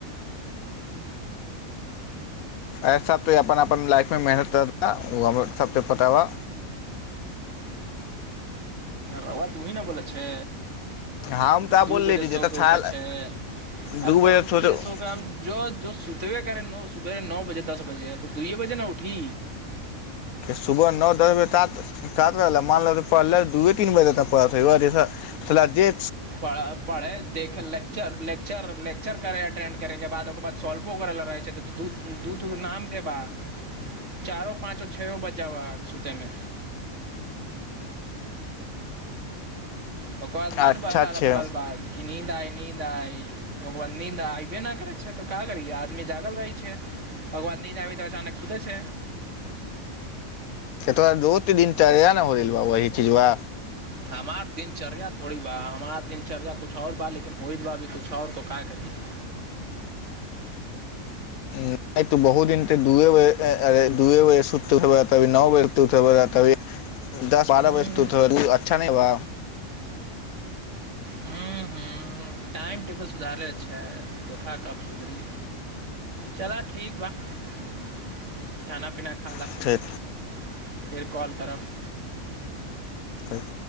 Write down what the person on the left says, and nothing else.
आ सभ तो अपन अपन लाइफमे मेहनत करता ओ हमरो सभके पता बा
हम तऽ बोलले
रही
तऽ ठाल
दू
सोच
सुबह नौ दस बजे तात तात ल मानलक त पढ़लए दुऐ तीन बजे तक पढ़ते व जैसँ ला दे
अच्छा
छै
से तोरा दोस्त दिनचर्या न होगेल बा ओही चिझवा
नहि तऽ बहुत दिन ते दुए बजे ए अरे दुए बजे सुत उठब तभी नौ बजे उठब राती दस बारह
बजे सुत उथब त उ अच्छा नहि बा
फेर
ठीक